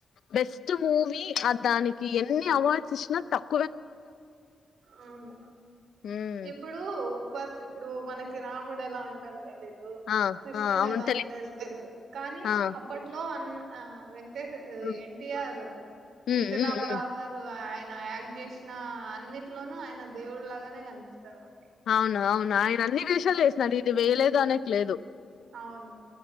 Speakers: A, on the left (about 70°); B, on the right (about 80°).
A: బెస్ట్ మూవీ ఆ దానికి ఎన్ని అవార్డ్స్ ఇచ్చినా తక్కు
B: అవును
A: ఉమ్
B: ఇప్పుడు కొ ఇప్పుడు మనకి రామ్ కుండలా ఉంటాది కదే హు ఊ
A: ఆ
B: కృష్ణుడు
A: ఆ అవును
B: ఎలా ఉంటాడు తెలీదు. కానీ
A: ఆ
B: అప్పట్లో అన్న ఆ వెం
A: హ్మ్
B: ఎన్టీఆర్
A: హ్మ్
B: ఎన్టి
A: హ్మ్.
B: రామరావు
A: హ్మ్.
B: గారు ఆ నా యాంగ్ చేసిన అన్నిట్లోనూ ఆయన దేవుడు లాగానే కనిపిస్తాడు మనకి.
A: అవును అవును ఆయన అన్ని వేషాలు
B: అసలు
A: ఏసినాడు. ఇది వేయలేదు అనేకి లేదు.
B: అవును